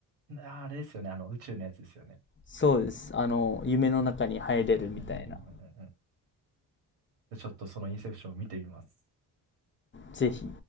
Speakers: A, on the right; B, on the left.
A: ー、あれですよね。あの、宇宙のやつですよね。
B: そうです。あの、夢の中に入れるみたいな。
A: うんうんうんうんうんうん。ちょっとそのインセプションを見てみます。
B: ぜひ